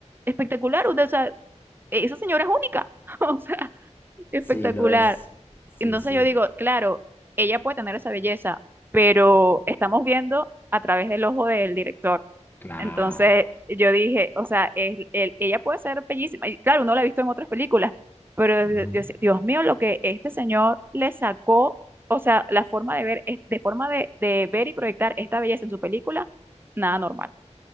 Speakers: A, on the right (about 15°); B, on the left (about 15°).
A: espectacular. o sea esa señora es única, <laughs> o sea, espectacular.
B: Sí, lo es. Sí,
A: Entonces
B: sí.
A: yo digo, claro, ella puede tener esa belleza, pero estamos viendo a través del ojo del director.
B: Claro.
A: Entonces yo dije, o sea, el- el- ella puede ser bellísima. Y claro, uno la ha visto en otras películas, pero
B: Ujú.
A: yo decía, Dios mío, lo que este señor le sacó, o sea, la forma de ver, es- de forma de, de ver y proyectar esta belleza en su película, nada normal.